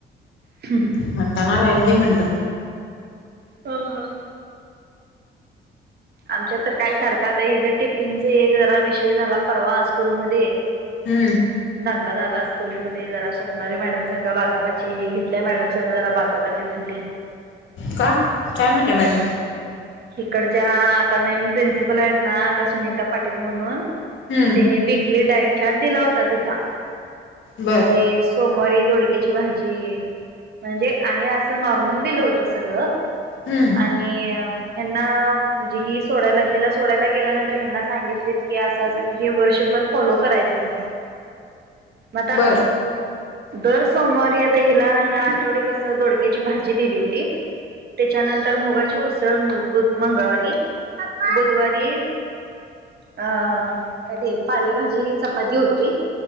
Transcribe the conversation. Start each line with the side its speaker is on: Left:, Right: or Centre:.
Right: ह. ह.
Left: म्हणताना राहून दे म्हणलं
Right: हं. हं आमच्यात तर काय सारखा हि जसा टिफ़ीनचा एक जरा विषय झाला परवा स्कूलमध्ये
Left: हु
Right: दंगा झाला स्कूल मध्ये जरा, स्वप्नाले मॅडम संघ बाचाबाची इथल्या, मॅडम संघ जरा बाचाबाची घाबरले
Left: का.. काय म्हणल्या मॅडम
Right: इकडच्या आता नवीन प्रिन्सिपल आहेत ना त्या सुनीता पाटील म्हणून
Left: हु
Right: तिने, वीकली डाईट चार्ट दिला होता तिचा
Left: बर
Right: म्हणजे सोमवारी दोडक्याची भाजी म्हणजे आहे, असं नॉर्मल दिलं होत सगळं...
Left: हं
Right: आणि... ह्यांना म्हणजे ही सोडायला हिला सोडायला गेल्यानंतर ह्याना सांगितलीत की असंच आणि हे वर्षभर फॉलो करायचं म्हणून. मता.
Left: बर
Right: दर सोमवारी आता हिला, ह्या आठवड कस दोडक्याची भाजी दिली होती. त्याच्यानंतर मुगाची उसळ मंगळवारी बुधवारी. अ काय ते, पालेभाजी चपाती होती.